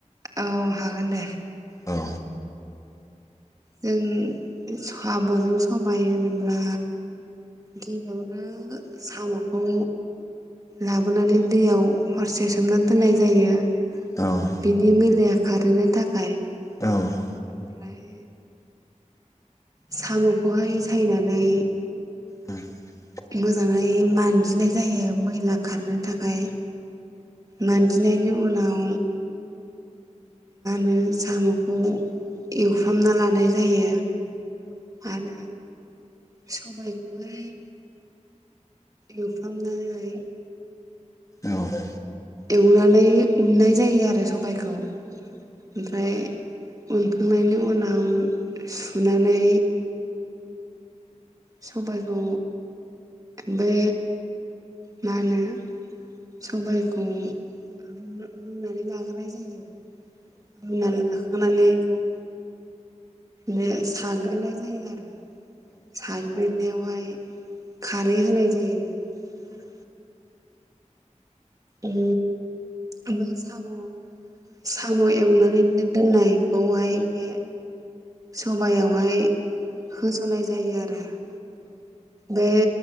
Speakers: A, on the right; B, on the left.
A: औ हागोन दे।
B: औ
A: जों सामजों सबाइ होनोब्ला गिबियावनो सामखौ लाबो नानै दैयाव हरसे सोमना दोननाय जायो।
B: औ ।
A: बिनि मैलाया खारहोनो थाखाय
B: औ ।
A: ओमफ्राय साम खौहाय सायनानै
B: औ ।
A: मोजाङै मान्जिनाय जायो मैला खारनो थाखाय मान जिनायनि उनाव <inaudible> सामखौ एवफ्रामना लानाय जायो आरो सबाय खौहाय एवफ्राम नानै
B: औ ।
A: एवनानै उननाय जायो आरो सबायखौ । ओमफ्राय उनखांनायनि उनाव सुनानै सबायखौ बे मा होनो सबायखौ रूना-रुनानै लाग्रोनाय जायो रुनानै लाखांनानै बे बे साग्लिनाय जायो आरो साग्लिनायावहाय खारै होनाय जायो । उम ओमफ्रायसो साम साम एवनानैनो दोननायखौहाय बे सबायावहाय होसननाय जायो आरो । बे